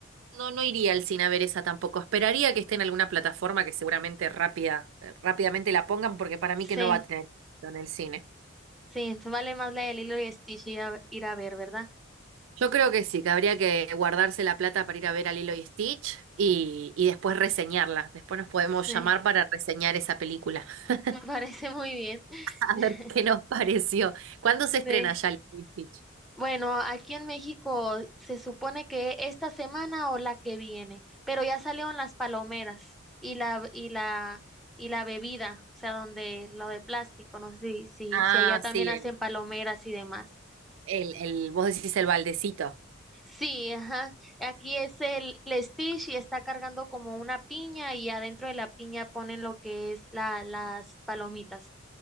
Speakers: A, on the right; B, in the centre.
A: no, no iría al cine a ver esa tampoco. Esperaría que esté en alguna plataforma que seguramente rápida, rápidamente la pongan porque para mí
B: Sí,
A: que no va a tener éxito en el cine.
B: sí, entonces vale más la de Lilo y Stitch ir a, ir a ver, ¿verdad?
A: Yo creo que sí, que habría que guardarse la plata para ir a ver a Lilo y Stitch y, y después reseñarla. Después nos podemos
B: Sí,
A: llamar para reseñar esa película.
B: <laughs>
A: <laughs>
B: me parece muy bien.
A: <laughs> A
B: <laughs>
A: ver qué nos pareció. ¿Cuándo se
B: Sí.
A: estrena ya el Stitch?
B: Bueno, aquí en México se supone que esta semana o la que viene, pero ya salieron las palomeras y la y la y la bebida, o sea, donde lo de plástico, no sé si si
A: Ah,
B: si allá también
A: sí,
B: hacen
A: el,
B: palomeras y demás.
A: el, el, vos decís el baldecito.
B: Sí, ajá. Aquí es el, el Stitch y está cargando como una piña y adentro de la piña ponen lo que es la las palomitas.